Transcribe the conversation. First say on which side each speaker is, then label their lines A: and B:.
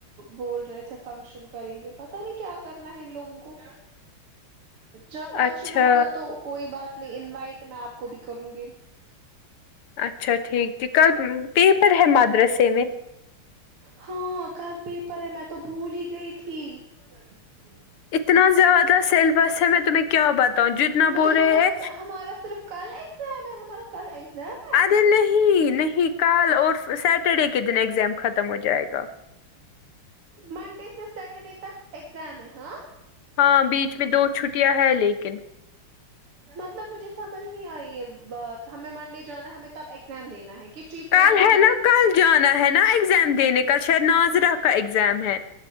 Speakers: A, on the right; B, on the left.
A: بول رہے تھے فنکشن کریں گے پتہ نہیں کیا کرنا ہے ان لوگوں کو جب فنکشن
B: اچھا
A: ہوگا تو کوئی بات نہیں انوائٹ میں آپ کو بھی کروں گی
B: اچھا ٹھیک ٹھ کل پیپر ہے مدرسے میں
A: ہاں کل پیپر ہے میں تو بھول ہی گئی تھی <unintelligible>
B: اتنا زیادہ سیلبس ہے میں تمہیں کیا بتاؤں جتنا
A: مجھے
B: بول
A: بولو
B: رہے ہے
A: ہمارا صرف کل ایگزام ہے ہمارا کل ایگزام ہے
B: ارے نہیں نہیں کل اور سیٹرڈے کے دن ایگزام ختم ہو جائے گا
A: منڈے سے سیٹرڈے تک ایگزام ہے ہاں
B: ہاں بیچ میں دو چھٹیاں ہیں لیکن
A: مطلب مجھے سمجھ نہیں آئی ہے بات ہمیں منڈے جانا ہے ہمیں تب ایگزام دینا ہے کس چیز کا
B: کل
A: ایگزام
B: ہے
A: دینا
B: نا
A: ہے
B: کل جانا ہے نا ایگزام دینے کل شاید ناظرہ کا ایگزام ہے